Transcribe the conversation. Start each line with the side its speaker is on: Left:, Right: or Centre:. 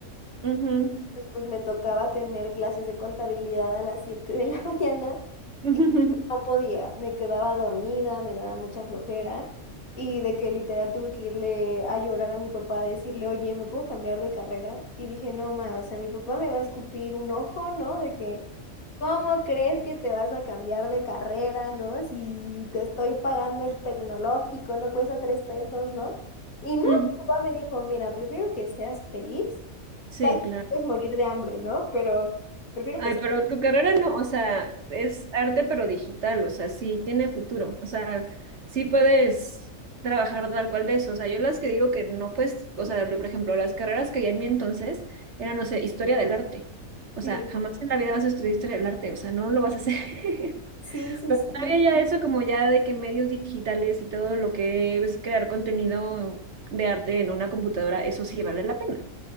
Right: ujú.
Left: pues, pues me tocaba tener clases de contabilidad a las 7 de la <laughs> mañana
Right: <laughs>
Left: y no podía, me quedaba dormida, me daba mucha flojera y de que literal tuve que irle a llorar a mi papá, a decirle, oye, ¿me puedo cambiar de carrera? Y dije, no, ma, o sea, mi papá me va a escupir un ojo, ¿no? De que, ¿cómo crees que te vas a cambiar de carrera, ¿no? Si te estoy pagando el tecnológico, no cuesta tres pesos, ¿no? Y no, mi
Right: Ujú,
Left: papá me dijo, mira, prefiero que seas feliz
Right: Sí,
Left: Tal vez
Right: claro.
Left: puedes morir de hambre, ¿no? Pero prefiero
Right: Ay,
Left: que
Right: pero tu carrera no, o sea, es arte pero digital, o sea, sí tiene futuro, o sea, sí puedes trabajar tal cual de eso, o sea, yo las que digo que no pues, o sea, lo- por ejemplo, las carreras que había en mi entonces eran, no sé, historia del arte, o
Left: sí.
Right: sea, jamás en la vida vas a estudiar historia del arte, o sea, no lo vas a hacer. <laughs>
Left: Sí, sí,
Right: Pero todavía
Left: sí.
Right: ya eso como ya de que medios digitales y todo lo que es crear contenido de arte en una computadora, eso sí vale la pena.